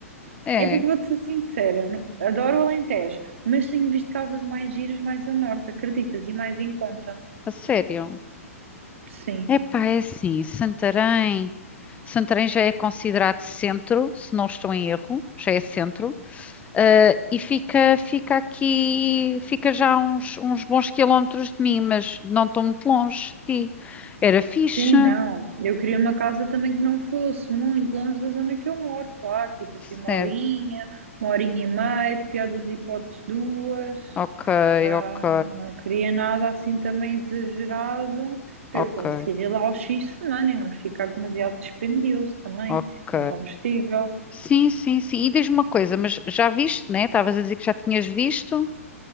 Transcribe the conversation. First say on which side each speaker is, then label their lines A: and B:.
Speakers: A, on the left; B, on the right.
A: É,
B: é porque vou-te ser sincera. não- adoro o Alentejo, mas tenho visto casas mais giras mais a norte, acreditas? E mais em conta.
A: a sério.
B: Sim.
A: Epá, é assim, Santarém. Santarém já é considerado centro, se não estou em erro, já é centro. Eh, e fica, fica aqui, fica já uns, uns bons quilómetros de mim, mas não estou muito longe de ti. Era fixe,
B: Sim, não. Eu queria uma casa também que não fosse muito longe da zona que eu moro, claro. Tipo assim,
A: certo?
B: uma horinha, uma horinha e meia, pior das hipóteses, duas.
A: Ok,
B: Ah,
A: ok,
B: não queria nada assim também exagerado para
A: ok,
B: eu conseguir ir lá aos fins de semana e não me ficar demasiado dispendioso também,
A: ok.
B: em combustível.
A: Sim, sim, sim. E diz-me uma coisa, mas já viste, né? Estavas a dizer que já tinhas visto?